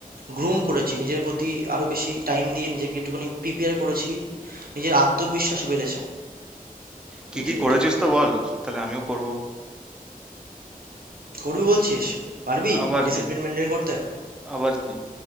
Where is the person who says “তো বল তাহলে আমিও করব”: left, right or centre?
Centre